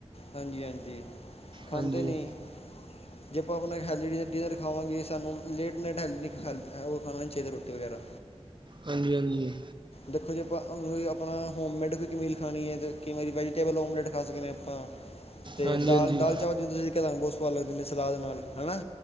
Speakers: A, on the left; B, on the right.
A: ਹਾਂਜੀ- ਹਾਂਜੀ। ਖਾਂਦੇ
B: ਹਾਂਜੀ
A: ਨੀ, ਜੇ ਆਪਾਂ ਆਪਣਾ ਹੈਲਦੀ ਡਿਨ ਡੀਯਰ ਖਾਵਾਂਗੇ ਸਾਨੂੰ late night healthy health ਉਹ ਖਾਣਾ ਨਹੀ ਚਾਹੀਦਾ ਰੋਟੀ ਵਗੈਰਾ।
B: ਹਾਂਜੀ- ਹਾਂਜੀ।
A: ਦੇਖੋ ਜੀ ਆਪਾਂ ਆਪਣਾ ਹੋਮੇਡ ਕੋਈ ਕ ਮਮੀਲ ਖਾਣੀ ਹੈ ਅਤੇ ਕਈ ਵਾਰੀ ਵੈਜੀਟੇਬਲ ਹੋਮਲੇਟ ਖਾ ਸਕਦੇ ਹਾਂ <unintelligible> ਹਾਂ, ਤੇ
B: ਹਾਂਜੀ
A: ਦਾਲ-
B: ਹਾਂਜੀ
A: ਦਾਲ ਚਾਵਲ ਜਿਵੇਂ ਤੁਸੀ ਕਰਾ ਨੂੰ ਬਹੁਤ ਸਵਾਦ ਲੱਗਦੇ ਨੇ ਸਲਾਦ ਨਾਲ ਹਨਾ।